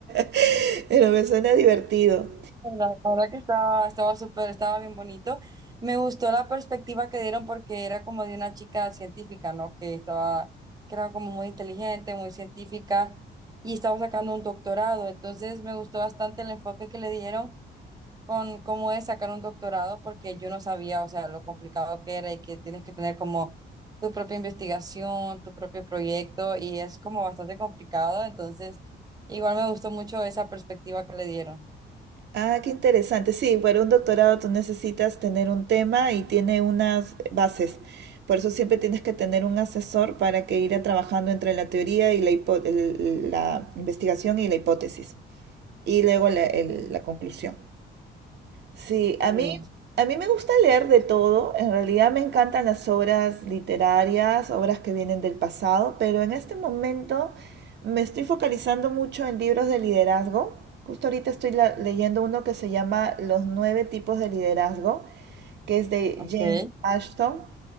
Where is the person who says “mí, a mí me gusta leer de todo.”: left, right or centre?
Right